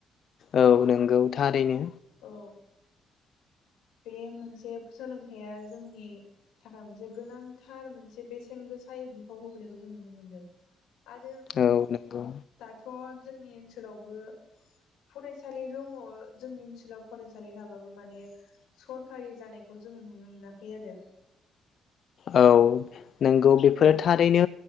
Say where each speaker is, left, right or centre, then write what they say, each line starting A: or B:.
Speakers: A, on the left; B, on the left.
A: औ नंगौ थारैनो।
B: औ बे मोनसे सोलोंथाइया जोंनि थाखाय मोनसे गोनांथार मोनसे बेसेन गोसायै बिफाव होबोनायखौ जों नुनो मोनदों। आरो
A: औ नंगौ
B: दाथ' जोंनि ओनसोलावबो फरायसालि दङ जोंनि ओनोल लाव फरायसालि थाबाबो माने सरखारि जानायखौ जोङो नुनो मोनाखै आरो। <inaudible>
A: औ नंगौ बेफोरो
B: औ
A: थारैनो